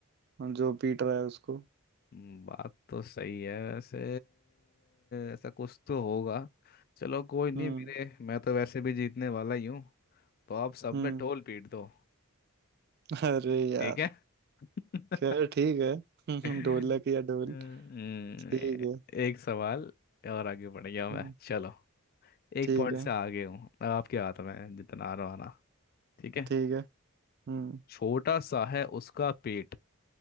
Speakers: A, on the right; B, on the left.
A: जो पीट रहा है उसको
B: हम्म, बात तो सही है वैसे ऐसा कुछ तो होगा चलो कोई नहीं
A: हम्म
B: मेरे मैं तो वैसे भी जीतने वाला ही हूँ तो आप सब
A: हम्म
B: में ढोल पीट दो
A: <laughs> अरे यार
B: ठीक है <laughs>
A: खैर ठीक है <laughs>
B: हम्म,
A: ढोलक या ढोल ठीक
B: ए-
A: है
B: एक सवाल और आगे बढ़ गया मैं
A: हम्म,
B: चलो एक
A: ठीक
B: पॉइंट
A: है
B: से आगे हूँ अब आपके हाथ में है जितना आ रहा आना ठीक है
A: ठीक है हम्म
B: छोटा सा है उसका पेट